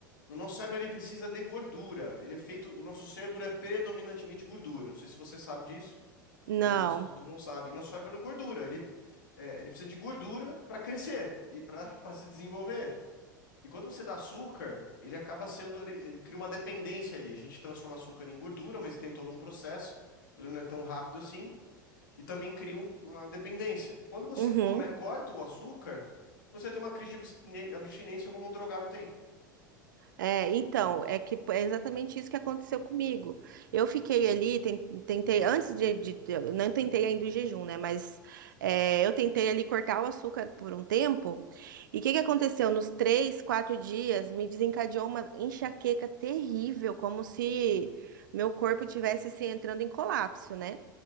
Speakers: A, on the left (about 70°); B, on the right (about 70°).
A: O nosso cérebro ele precisa de gordura. Ele é feito, o nosso cérebro é predominantemente gordura. Não sei se você sabe disso.
B: Não.
A: A maioria das pessoas não sabe. Nosso cérebro é gordura. Ele, é, ele precisa de gordura para crescer e para para se desenvolver. E quando você dá açúcar, ele acaba sendo, ele, ele cria uma dependência ali. A gente transforma açúcar em gordura, mas tem todo um processo. Ele não é tão rápido assim e também cria um- uma dependência. Quando você
B: Uhum.
A: come- corta o açúcar, você tem uma crise de abstine- abstinência como um drogado tem.
B: É, então, é que é exatamente isso que aconteceu comigo. Eu fiquei ali, ten- tentei, antes de, de- eu não tentei ainda o jejum, né? Mas é, eu tentei ali cortar o açúcar por um tempo. E o que que aconteceu? Nos três, quatro dias, me desencadeou uma enxaqueca terrível, como se meu corpo tivesse assim, entrando em colapso, né?